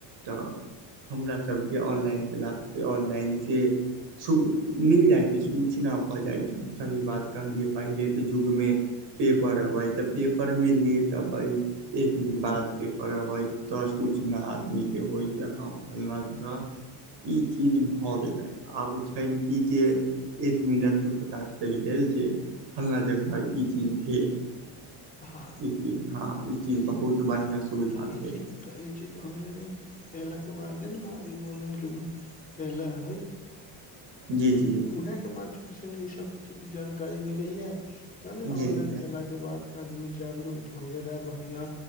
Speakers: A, on the right; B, on the left.
A: तऽ हमरा सब के ऑनलाइन क्लास स ऑनलाइन से सु मिल जाइ छय छै, सूचना भऽ जाइ छय, सही बात कहलियै पहिले युग मे, पेपर अबे, तऽ पेपर मे लेट अबय एक दिन बाद पेपर अबै, तऽ सुचना आदमी के होय, जे हँ फल्लाँ जगह ई चीज भ गेलै, आब छैन की जे एक मिनट मे पता चैल गेल, जे फलां जगह ई चीज भेल।
B: हँ,
A: ई चीज हँ चीज
B: तऽ ई
A: बहुत बढ़िआँ सुविधा
B: तऽ ई
A: भेल
B: चीज तऽ ई चीज ऑनलाइने अयेला के बादे न, ई ऑनलाइनके ऐलय
A: जी -जी
B: वैह के माध्यम से ने इ सब चीज जानकारी मिलये तें न ऑनलाइन
A: जी सर
B: एला के बाद आदमी जागरूक भ गेले बढ़िया